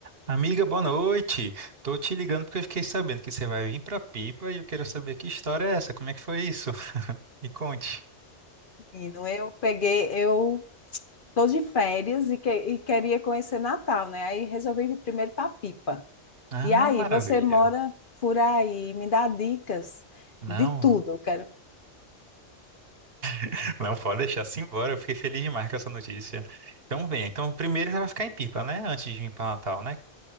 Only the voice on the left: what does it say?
Menino, Eu peguei, eu tô de férias e, que- e queria conhecer Natal, né? Aí resolvi ir primeiro para Pipa.
E aí,
você mora por aí, me dá dicas
de tudo. Eu quero.